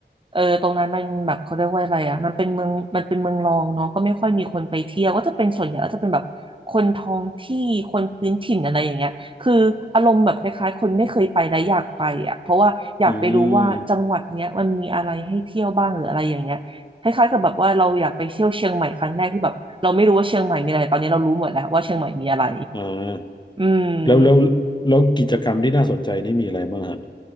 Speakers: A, on the right (about 30°); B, on the left (about 25°).
A: เออตรงนั้นมันแบบเขาเรียกว่าอะไรอ่ะมันเป็นเมืองมันเป็นเมืองรองเนาะก็ไม่ค่อยมีคนไปเที่ยวก็จะเป็นส่วนใหญ่ก็จะเป็นแบบคนท้องที่คนพื้นถิ่นอะไรอย่างเงี้ยคืออารมณ์แบบคล้ายๆคนไม่เคยไปและอยากไปอ่ะเพราะว่าอยากไปรู้ว่าจังหวัดเนี้ยมันมีอะไรให้เที่ยวบ้างหรืออะไรอย่างเงี้ยคล้ายๆกับแบบว่าเราอยากไปเที่ยวเชียงใหม่ครั้งแรกที่แบบเราไม่รู้ว่าเชียงใหม่มีอะไรตอนนี้เรารู้หมดแล้วว่าเชียงใหม่มีอะไร
B: อืมอ่า
A: อืม
B: แล้วแล้วแล้วกิจกรรมที่น่าสนใจนี่มีอะไรบ้างฮะ